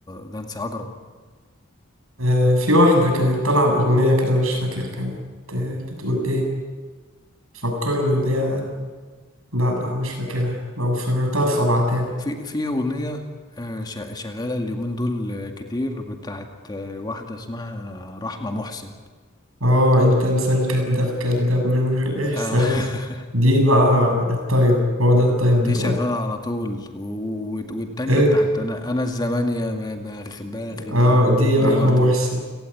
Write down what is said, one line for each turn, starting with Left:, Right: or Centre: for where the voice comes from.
Left: نانسي عجرم
Right: آه، في واحدة كانت طالعة بأغنية كده مش فاكر كانت آه، بتقول إيه فكرني بيها لا لا مش فاكرها لو فكرتها ببعتها
Left: في في أغنية آه، شا- شغالة اليومين دول آه، كتير بتاعت آه، واحدة اسمها رحمة محسن
Right: اه انت انسان كذاب كذاب من غير احساس
Left: آه، <laughs>
Right: دي بقى الطيب هو ده الطيب بتاعك
Left: دي شغالة على طول و- و- والتانية
Right: ايه
Left: بتاعت أنا أنا الزمان يا ما دغدغني
Right: اه دي
Left: دي
Right: رحمة
Left: برضو
Right: محسن